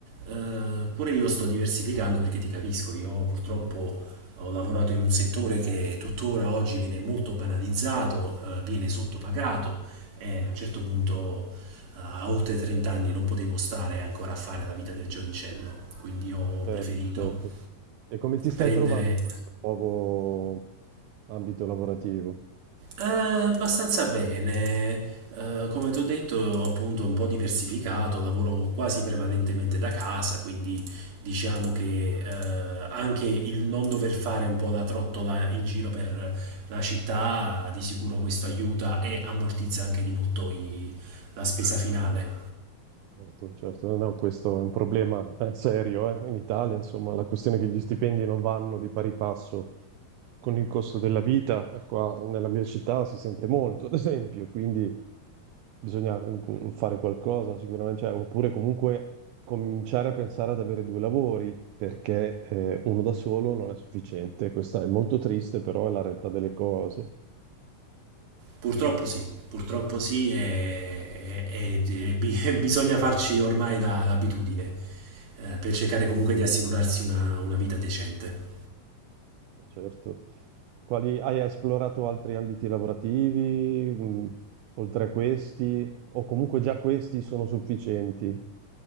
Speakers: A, on the right (about 65°); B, on the right (about 80°).
A: Eh, pure io sto diversificando perché ti capisco, io purtroppo ho lavorato in un settore che tuttora oggi viene molto banalizzato, eh, viene sottopagato e a un certo punto eh, a oltre 30 anni non potevo stare ancora a fare la vita del giovincello, quindi ho
B: Certo,
A: preferito
B: certo. E come ti stai
A: prendere
B: trovando in questo nuovo ambito lavorativo?
A: Eh, abbastanza bene. Eh, come ti ho detto, appunto, un po' diversificato, lavoro quasi prevalentemente da casa, quindi diciamo che eh, anche il non dover fare un po' la trottola in giro per la città, di sicuro questo aiuta e ammortizza anche di molto i- la spesa finale.
B: Certo, certo. no, no, questo è un problema eh, serio eh, in Italia, insomma, la questione è che gli stipendi non vanno di pari passo con il costo della vita, eh, qua nella mia città si sente molto, ad esempio, quindi bisogna mm, mm, fare qualcosa sicuramente, cioè, oppure comunque cominciare a pensare ad avere due lavori, perché eh, uno da solo non è sufficiente, questa è molto triste, però è la realtà delle cose.
A: Purtroppo sì, purtroppo sì, e, e- e bi- <laughs> bisogna farci ormai la- l'abitudine, eh, per cercare comunque di assicurarsi una una vita decente.
B: Certo. Quali, hai esplorato altri ambiti lavorativi, mh, oltre a questi, o comunque già questi sono sufficienti?